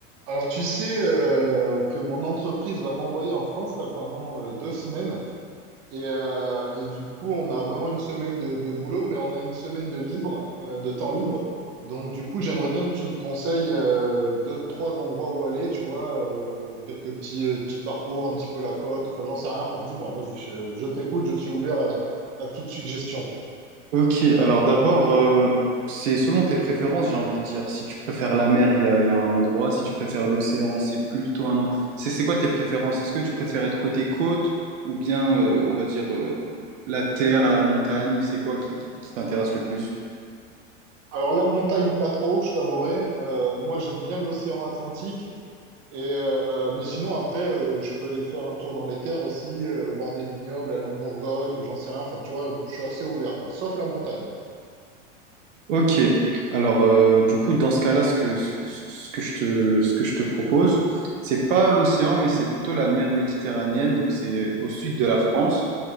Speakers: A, on the right; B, on the right.
A: Alors tu sais euh, que mon entreprise va m'envoyer en France là pendant euh, deux semaines et, euh, et du coup on a vraiment une semaine de, de boulot mais on a une semaine de libre euh, de temps libre donc du coup j'aimerais bien que tu me conseilles euh, deux trois endroits où aller tu vois euh, quelques petits euh, petits parcours un petit peu la côte enfin j'en sais rien enfin dis-moi vas-y je, je t'écoute je suis ouvert à, à toute suggestion.
B: Ok, alors d'abord, euh, c'est selon tes préférences, j'ai envie de dire. Si tu préfères la mer, il y a, il y a un endroit. Si tu préfères l'océan, c'est plutôt un... en- C'est c'est quoi tes préférences? Est-ce que tu préfères être côté côte ou bien, euh, on va dire, euh, la terre, la montagne? C'est quoi qui, qui- qui t'intéresse le plus?
A: Alors la montagne pas trop je t'avouerai Euh, moi j'aime bien l'océan Atlantique Et, euh, mais sinon, après, euh, je peux aller faire un tour dans les terres aussi, euh, voir des vignobles, aller en Bourgogne, ou j'en sais rien. Enfin, tu vois, je suis assez ouvert, quoi. Sauf la montagne.
B: Ok, alors euh, du coup, dans ce cas-là, ce que, ce que, ce que je te, ce que je te propose, c'est pas l'océan, mais c'est plutôt la mer Méditerranéenne. Donc c'est au sud de la France,